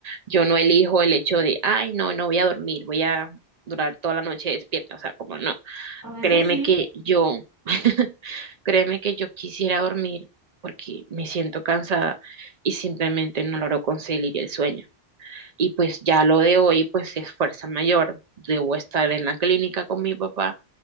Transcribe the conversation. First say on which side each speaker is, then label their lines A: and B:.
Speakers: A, on the right; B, on the right.
A: yo no elijo el hecho de, ay, no, no voy a dormir, voy a durar toda la noche despierta, o sea, como no,
B: a veces
A: créeme
B: sí,
A: que yo, <laughs> créeme que yo quisiera dormir porque me siento cansada y simplemente no logro conseguir el sueño. Y pues ya lo de hoy, pues es fuerza mayor. Debo estar en la clínica con mi papá.